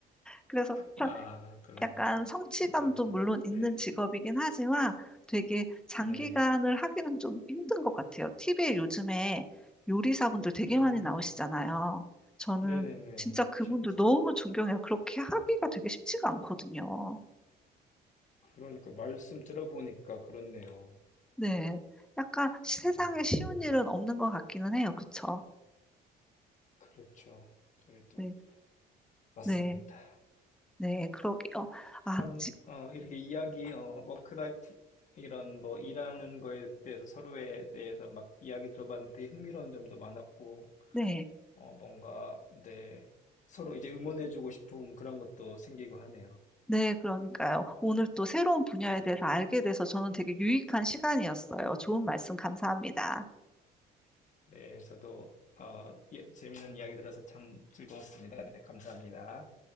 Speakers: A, in the centre; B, on the left.
A: 그래서
B: 아, 그런
A: 약간 성취감도
B: 힘들기만.
A: 물론 있는
B: 네,
A: 직업이긴 하지만 되게 장기간을
B: 네,
A: 하기는 좀 힘든 것 같아요. TV에 요즘에 요리사분들 되게
B: 음,
A: 많이 나오시잖아요. 저는
B: 네네네.
A: 진짜 그분들
B: 셰프.
A: 너무 존경해요. 그렇게 하기가 되게 쉽지가 않거든요.
B: 그러니까 말씀 들어보니까 그렇네요.
A: 네. 약간 세상에
B: 네,
A: 쉬운 일은 없는 것 같기는 해요. 그쵸?
B: 그렇죠. 저희도
A: 네.
B: 맞습니다.
A: 네. 네. 그러게요. 아,
B: 참
A: 지,
B: 어, 이렇게 이야기 어, 워크라이프 이런 뭐 일하는 거에 대해서 서로에 대해서 막 이야기 들어봤는데 되게 흥미로운 점도 많았고
A: 네.
B: 어, 뭔가 네 서로 이제 응원해주고 싶은 그런 것도 생기고 하네요.
A: 네, 그러니까요. 오늘 또 새로운 분야에 대해서
B: 네,
A: 알게 돼서 저는 되게 유익한 시간이었어요. 좋은 말씀 감사합니다.
B: 네 저도 어, 예, 재밌는 이야기 들어서 참 즐거웠습니다. 네, 감사합니다.